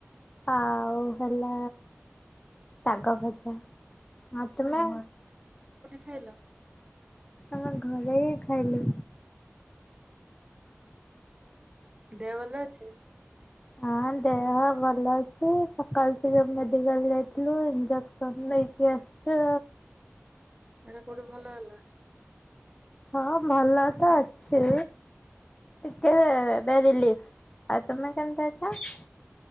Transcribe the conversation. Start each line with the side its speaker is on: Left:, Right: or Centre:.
Left: ଆଉ ହେଲା ଶାଗ ଭଜା ଆ ତମେ?
Right: ହ୍ୟାଲୋ।
Left: ଆମେ ଘରେ ହିଁ ଖାଇଲୁ।
Right: ଦେହ ଭଲ ଅଛି?
Left: ହଁ। ଦେହ ଭଲ ଅଛି ସକାଳ ଟିକେ ମେଡିକାଲ ଯାଇଥିଲୁ ଇଞ୍ଜେକ୍ସନ ନେଇକି ଆସି ଚା।
Right: ଏଟା କୋଉଠି ଭଲ ହେଲା?
Left: ହଁ ଭଲ ତ ଅଛି? ଟିକେ ଏବେ ରିଲିଫ ଆଉ ତମେ କେମତି ଅଛ?